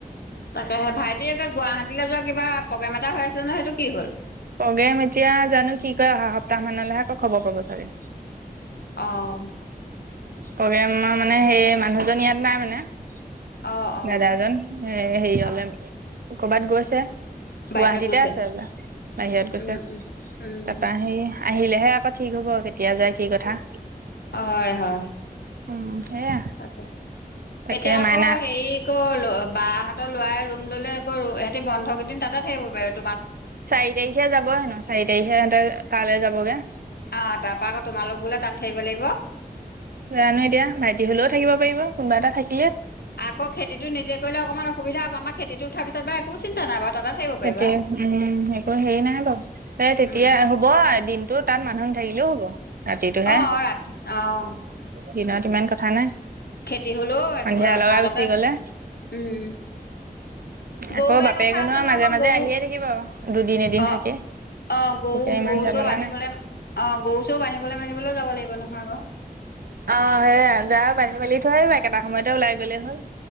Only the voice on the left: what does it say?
তাকে সেই ভাইটি তে গুৱাহাটীলৈ যোৱা কিবা প্ৰগ্ৰেম এটা হৈ আছে ন সেইটো কি হ'ল
অ
তাকে
অ অ
অ
বাহিৰত গৈছে
উম উম উম
অ' হয়-হয়।
তাকে।
এতিয়া আকৌ
হেৰি'ক বা হঁতৰ লৰাই ৰুম ল'লে আকৌ হেতি বন্ধ কেইদিন তাতে থাকিব পাৰি-
আহ' তাৰপা আকৌ তোমালোক বোলে তাত থাকিব লাগিব?
আকৌ খেতিটো নিজে কৰিলে অকনমান অসুবিধা হব আমাৰ খেতিটো উঠাৰ পিছত বা চিন্তা নাই বাৰু তাতে থাকিব পাৰিবা
উম
অ অ, ৰাতি অ'
খেতি হলেও
মাজতে
উম গৰু
গাই
কথা আছে নহয়
আকৌ
গৰু
অ
অ' গৰু,
গৰু
চৌও বান্ধিবলে,
অ গৰু চৌও বান্ধিবলৈ মেলিবলে যাব লাগিব নহয় আ'ক।